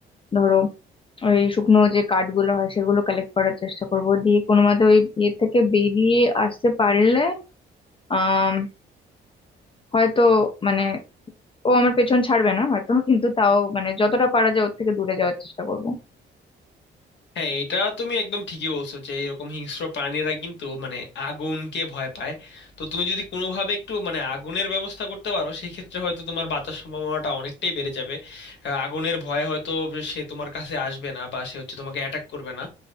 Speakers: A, on the left; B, on the left.
A: ধরো ওই শুকনো যে কাঠগুলো হয় সেগুলো কালেক্ট করার চেষ্টা করব দিয়ে কোনো মতে ওই ইয়ে থেকে বেরিয়ে আসতে পারলে আহ হয়তো মানে ও আমার পেছন ছাড়বে না হয়তো কিন্তু তাও মানে যতটা পারা যায় ওর থেকে দূরে যাওয়ার চেষ্টা করব
B: হ্যাঁ এটা তুমি একদম ঠিকই বলছো যে এরকম হিংস্র প্রাণীরা কিন্তু মানে আগুনকে ভয় পায় তো তুমি যদি কোনোভাবে একটু মানে আগুনের ব্যবস্থা করতে পারো সেক্ষেত্রে হয়তো তোমার বাঁচার সম্ভাবনাটা অনেকটাই বেড়ে যাবে আহ, আগুনের ভয়ে হয়তো সে তোমার কাছে আসবে না বা সে হচ্ছে তোমাকে অ্যাটাক করবে না